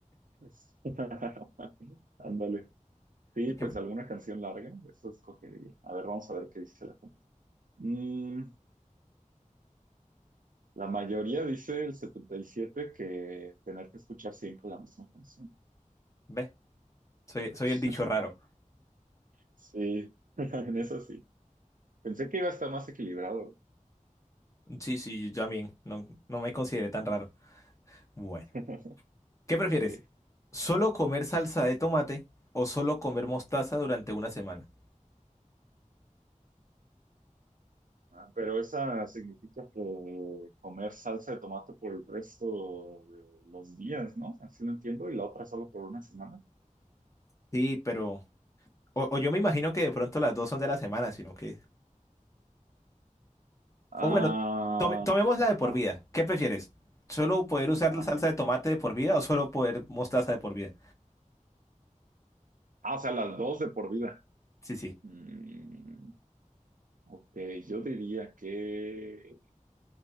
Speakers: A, on the right; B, on the left.
A: es- <laughs> Ándale. Sí,
B: Y que-
A: pues alguna canción larga, eso escogería. A ver, vamos a ver qué dice la gente. Mm, la mayoría dice el setenta y siete que tener que escuchar siempre la misma canción.
B: ve, soy,
A: <laughs>
B: soy el bicho raro.
A: Sí, <laughs> en eso sí. Pensé que iba a estar más equilibrado.
B: Sí, sí, yo también. No, no me consideré tan raro. Bueno,
A: <laughs>
B: ¿qué prefieres?
A: Ok.
B: ¿Solo comer salsa de tomate o solo comer mostaza durante una semana?
A: Ah, Pero esa significa que comer salsa de tomate por el resto de los días, ¿no? Así lo entiendo. Y la otra solo por una semana.
B: Sí, pero... O, o yo me imagino que de pronto las dos son de la semana, sino que...
A: Ah,
B: O bueno, tome, tomémosla de
A: ajá,
B: por vida. ¿Qué prefieres? ¿Solo poder usar
A: ajá.
B: la salsa de tomate de por vida o solo poder mostaza de por vida?
A: Ah, o sea, las dos de por vida.
B: Sí, sí.
A: Mm, ok, yo diría que,